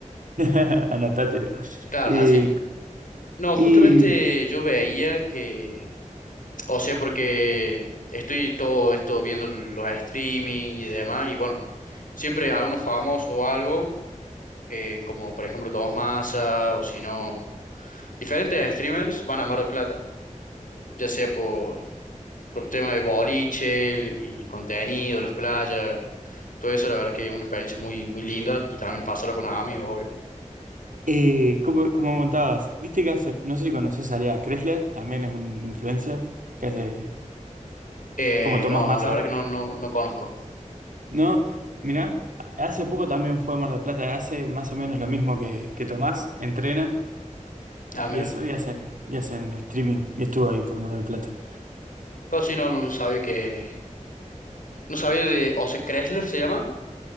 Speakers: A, on the right; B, on the left.
A: <laughs> Anotátelo.
B: Claro,
A: Eh,
B: así. No,
A: y
B: justamente yo veía que, o sea, porque estoy todo esto viendo los streaming y demás, y bueno, siempre algunos famosos o algo, eh, como por ejemplo Tomás Massa, o si no, diferentes streamers van a Mar del Plata. ya sea por, por tema de boliche y contenido, las playas, todo eso, la verdad que es una experiencia muy, muy linda y también pasarla con amigos, obvio.
A: eh, como, como contabas, viste que hace, no sé si conoces a Lea Kressler, también es un influencer que hace
B: Eh,
A: como Tomás
B: no,
A: Massa,
B: no, la verdad que no, no, no conozco.
A: ¿no? Mirá, hace poco también fue a Mar del Plata, hace más o menos lo mismo que, que Tomás, entrena.
B: Ah,
A: Y
B: mira,
A: eso, y hacen, y hacen streaming. Y estuvo ahí por Mar del Plata.
B: casi no, no sabía que, no sabía de Ose Kressler, ¿se llama?